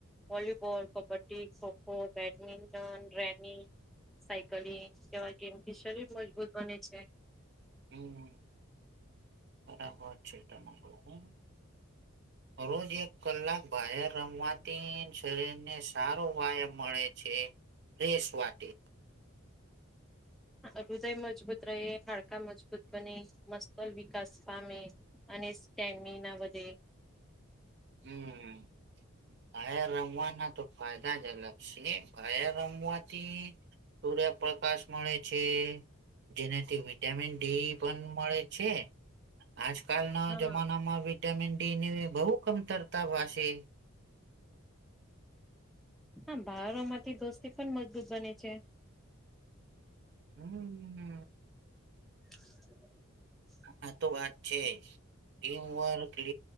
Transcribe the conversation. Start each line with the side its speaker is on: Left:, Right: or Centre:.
Centre: volleyball kabaddi kho kho badminton રનીિ cycling કેવા ગેમ થી શરીર મજબૂત બને છે
Right: હમ બરાબર છે તમારોું હ રોજ એક કલાક બહાર રમવા શરીર ને સારો વયામ મળે છે રેસવા <unintelligible>
Centre: હૃદય મજબૂત રહે હાડકા મજબૂત બને મસ્તલ વિકાસ પામે અને સ્ટગી ના બધે
Right: હમ બયા રમવાના તો ફાયદા જ અલગ છે બયા રમવાથી સૂર્યપ્રકાશ મળે છે જેનાથી વિટામિન ડી પણ મળે છે આજકાલના
Centre: હા
Right: જમાનામાં વિટામિન ડી ની બહુ કમતરતા ભસે <unintelligible>
Centre: હા બાર માંથી દોસ્તી પણ મજબૂત બને છે
Right: હમ
Centre: <unintelligible>
Right: હા તો વાત છે જ ટીમવર્ક લ